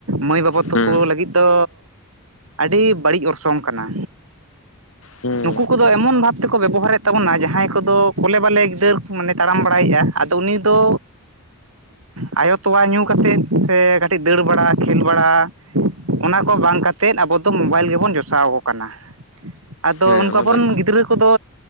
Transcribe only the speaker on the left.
ᱦᱩᱸ
ᱦᱩᱸ
ᱦᱮᱸ
ᱚᱱᱟ
ᱫᱚ